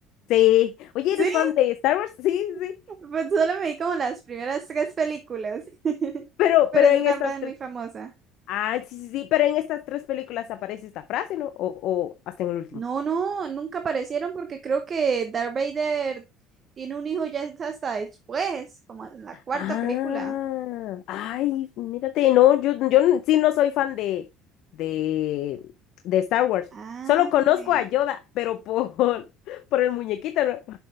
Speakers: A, on the left; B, on the right.
A: Sí. Oye,
B: Sí,
A: ¿eres fan de Star Wars? Sí, sí.
B: <laughs> pues solo me vi como las primeras tres películas. <laughs>
A: Pero,
B: Pero
A: pero
B: es
A: en
B: una
A: estas
B: frase muy
A: tres.
B: famosa.
A: Ah, sí, sí, sí. Pero en estas tres películas aparece esta frase, ¿no? O, o hasta en el último.
B: No, no, nunca aparecieron porque creo que Darth Vader tiene un hijo ya es hasta después, como en la cuarta
A: Ah,
B: película.
A: ay, mírate, no, yo, yo n- sí no soy fan de, de, de Star Wars.
B: Ah,
A: Solo conozco
B: vale.
A: a Yoda, pero por, <laughs> por el muñequito, ¿no?